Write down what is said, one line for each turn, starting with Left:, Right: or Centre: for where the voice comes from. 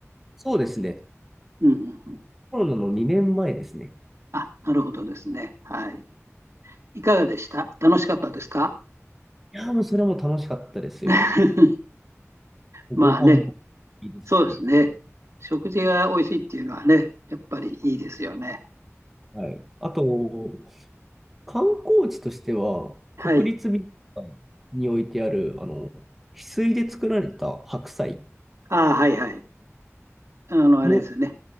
Centre: そうですね。
Right: うん、うんうん。
Centre: コロナの2年前ですね。
Right: あ、なるほどですね。はい。いかがでした楽しかったですか
Centre: いやー、もうそれはもう楽しかったですよ。
Right: <laughs>
Centre: ご飯もいいですし、
Right: まあね、そうですね。食事が美味しいっていうのはね、やっぱりいいですよね。
Centre: はい。あと、観光地としては、
Right: はい。
Centre: 国立美術館に置いてある、あの、翡翠で作られた白菜
Right: ああ、はいはい。あの、あれですね。
Centre: も